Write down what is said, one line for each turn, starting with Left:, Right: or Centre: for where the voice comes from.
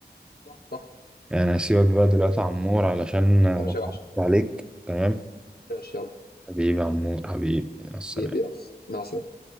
Left: صح صح
Centre: يعني هسيبك بقى دلوقتي يا عمور علشان ما
Left: ماشي
Centre: اطولش
Left: يا وحش
Centre: عليك تمام
Left: ماشي يلا
Centre: حبيبي يا عمور حبيبي مع السلامة
Left: بيبي يلا مع السلامه